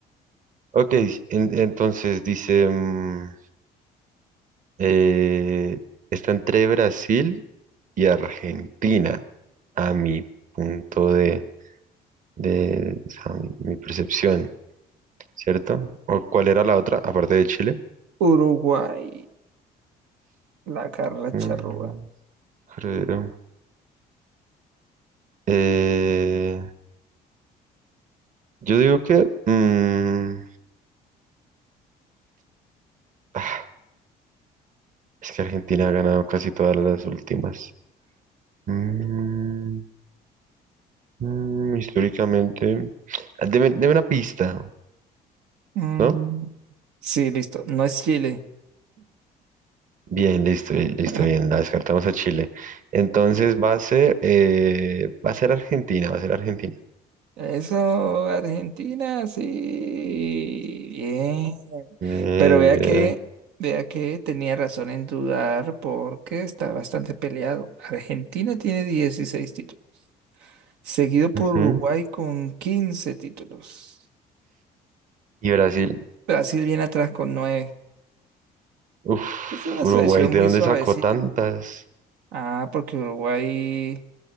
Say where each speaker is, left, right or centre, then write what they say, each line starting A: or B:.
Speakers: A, on the right (about 50°); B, on the right (about 80°).
A: Ok, en- entonces dice, mm, eh, está entre Brasil y Argentina, a mi punto de, de, o sea, mi mi percepción, ¿cierto? ¿O cuál era la otra, aparte de Chile?
B: Uruguay, la Carla
A: Mm,
B: Charrúa.
A: creo. Eh, yo digo que mm, ah, es que Argentina ha ganado casi todas las últimas. Mm, mm, históricamente, ah, deme, deme una pista,
B: Mm,
A: ¿no?
B: Sí, listo. No es Chile.
A: Bien, listo, eh, listo,
B: <laughs>
A: bien, la descartamos a Chile. Entonces va a ser, eh, va a ser Argentina, va a ser Argentina.
B: Eso, Argentina, sí, bien.
A: Eh,
B: Pero vea
A: bien,
B: que, vea que tenía razón en dudar porque está bastante peleado. Argentina tiene 16 títulos, seguido por
A: ujú.
B: Uruguay con 15 títulos.
A: Y Brasil,
B: Brasil viene atrás con nueve
A: uf,
B: Es una
A: Uruguay,
B: selección
A: ¿de
B: muy
A: dónde
B: suavecita.
A: sacó tantas?
B: Ah, porque Uruguay